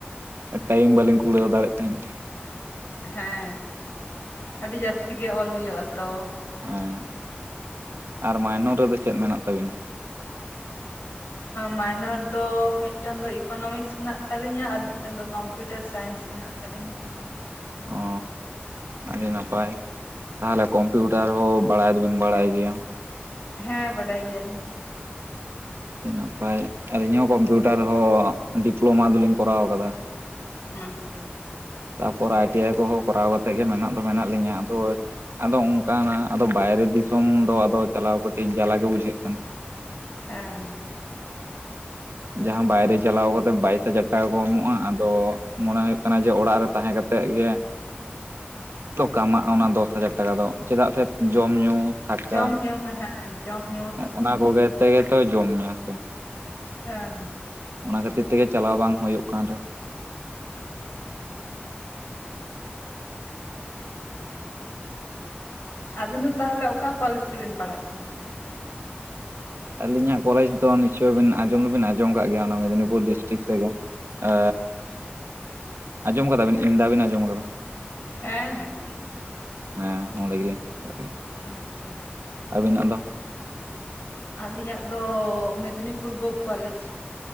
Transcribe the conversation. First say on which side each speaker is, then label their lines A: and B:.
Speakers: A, on the right; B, on the left.
A: ᱴᱟᱭᱤᱢ ᱵᱟᱹᱞᱤᱧ ᱠᱩᱲᱟᱹᱣ ᱫᱟᱲᱮᱭᱟᱜ ᱛᱟᱦᱮᱸᱧ ᱾
B: ᱦᱮᱸ ᱟᱹᱰᱤ ᱡᱟᱹᱥᱛᱤ ᱜᱮ ᱚᱞ ᱦᱩᱭᱩᱜ ᱟᱛᱚ ᱾
A: ᱦᱮᱸ ᱟᱨ ᱢᱟᱭᱱᱚᱨ ᱨᱮᱫᱚ ᱪᱮᱫ ᱢᱮᱱᱟᱜ ᱛᱟᱵᱤᱱᱟ?
B: ᱢᱟᱭᱱᱚᱨ ᱫᱚ ᱢᱤᱫᱴᱟᱝ ᱫᱚ ᱤᱠᱳᱱᱚᱢᱤᱠᱥ ᱢᱮᱱᱟᱜ ᱛᱟᱹᱟᱞᱤᱧᱟ ᱟᱨ ᱢᱤᱫᱴᱟᱝ ᱫᱚ ᱠᱚᱢᱯᱤᱩᱴᱟᱨ ᱥᱟᱭᱮᱱᱥ ᱢᱮᱱᱟᱜ ᱛᱟᱹᱞᱤᱧᱟ ᱾
A: ᱚᱹ
B: ᱦᱩᱸ
A: ᱟᱹᱰᱤ ᱱᱟᱯᱟᱭ ᱾ ᱛᱟᱦᱚᱞᱮ ᱠᱚᱢᱯᱤᱭᱩᱴᱟᱨ ᱦᱚᱸ ᱵᱟᱲᱟᱭ ᱫᱚᱵᱤᱱ ᱵᱟᱲᱟᱭ ᱜᱮᱭᱟ?
B: ᱦᱮᱸ ᱵᱟᱰᱟᱭ ᱜᱮᱭᱟᱞᱤᱧ ᱾
A: ᱟᱹᱰᱤ ᱱᱟᱯᱟᱭ ᱟᱹᱞᱤᱧ ᱦᱚᱸ ᱠᱚᱢᱯᱤᱭᱩᱴᱟᱨ ᱦᱚᱸ ᱰᱤᱯᱞᱳᱢᱟ ᱫᱚᱞᱤᱧ ᱠᱚᱨᱟᱣ ᱠᱟᱫᱟ ᱾
B: ᱟᱪᱪᱷᱟ ᱟᱪᱪᱷᱟ ᱾
A: ᱛᱟᱯᱚᱨ ᱟᱭ ᱴᱤ ᱟᱭ ᱠᱚᱦᱚᱸ ᱠᱚᱨᱟᱣ ᱠᱟᱛᱮᱫ ᱜᱮ ᱢᱮᱱᱟᱜ ᱫᱚ ᱢᱮᱱᱟᱜ ᱞᱤᱧᱟᱹ ᱟᱫᱚ ᱟᱫᱚ ᱚᱱᱠᱟ ᱱᱟᱜ ᱟᱫᱚ ᱵᱟᱭᱨᱮ ᱫᱤᱥᱚᱢ ᱫᱚ ᱟᱫᱚ ᱪᱟᱞᱟᱣ ᱠᱟᱹᱴᱤᱡ ᱡᱟᱞᱟ ᱜᱮ ᱵᱩᱡᱷᱟᱹᱜ ᱠᱟᱱᱟ ᱾
B: ᱦᱮᱸ ᱾
A: ᱡᱟᱦᱟᱸ ᱵᱟᱭᱨᱮ ᱪᱟᱞᱟᱣ ᱠᱟᱛᱮᱜ ᱵᱟᱭᱤᱥ ᱦᱟᱡᱟᱨ ᱴᱟᱠᱟ ᱠᱚ ᱮᱢᱚᱜᱼᱟ ᱟᱫᱚ ᱢᱚᱱᱮ ᱦᱩᱭᱩᱜ ᱠᱟᱱᱟ ᱡᱮ ᱚᱲᱟᱜ ᱨᱮ ᱛᱟᱦᱮᱸ ᱠᱟᱛᱮᱜ ᱜᱮ ᱛᱚ ᱠᱟᱢᱟᱜᱼᱟ ᱚᱱᱟ ᱫᱚᱥ ᱦᱟᱡᱟᱨ ᱴᱟᱠᱟ ᱫᱚ ᱪᱮᱫᱟᱜ ᱥᱮ ᱡᱚᱢ ᱧᱩ ᱛᱷᱟᱠᱟ
B: ᱡᱚᱢ ᱧᱩ ᱦᱮᱸ ᱡᱚᱢ ᱧᱩ
A: ᱚᱱᱟ ᱠᱚᱜᱮ ᱛᱮᱜᱮ ᱛᱚ ᱡᱚᱢ ᱢᱮᱥᱮ
B: ᱦᱮᱸ ᱾
A: ᱚᱱᱟ ᱠᱷᱟᱹᱛᱤᱨ ᱛᱮᱜᱮ ᱪᱟᱞᱟᱣ ᱵᱟᱝ ᱦᱩᱭᱩᱜ ᱠᱟᱱ ᱨᱮ
B: ᱟᱵᱤᱱ ᱫᱚ ᱛᱟᱦᱚᱞᱮ ᱚᱠᱟ ᱠᱚᱞᱮᱡᱽ ᱨᱮᱵᱤᱱ ᱯᱟᱲᱦᱟᱜ ᱠᱟᱱᱟ?
A: ᱟᱹᱞᱤᱧᱟᱜ ᱠᱚᱞᱮᱡᱽ ᱫᱚ ᱱᱤᱥᱪᱳᱭ ᱵᱤᱱ ᱟᱸᱡᱚᱢ ᱫᱚᱵᱤᱱ ᱟᱸᱡᱚᱢ ᱟᱠᱟᱜ ᱜᱮᱭᱟ ᱚᱱᱟ ᱢᱮᱫᱽᱱᱤᱯᱩᱨ ᱰᱤᱥᱴᱤᱠ ᱨᱮᱜᱮ ᱾ ᱮᱻ ᱟᱸᱡᱚᱢ ᱠᱟᱫᱟᱵᱤᱱ ᱟᱵᱤᱱ <unintelligible> ᱟᱸᱡᱚᱢ ᱟᱠᱟᱫᱟ
B: ᱦᱮᱸ ᱦᱮᱸ
A: ᱦᱮᱸ ᱚᱸᱰᱮ ᱜᱮᱞᱤᱧᱟᱜ ᱯᱟᱲᱟᱜ ᱜᱮᱭᱟ ᱾
B: ᱟᱪᱪᱷᱟ ᱾
A: ᱟᱵᱤᱱᱟᱜ ᱫᱚ?
B: ᱟᱹᱞᱤᱧᱟᱜ ᱫᱚ ᱢᱮᱫᱽᱱᱤᱯᱩᱨ ᱜᱳᱵᱷ ᱠᱚᱞᱮᱡᱽ ᱾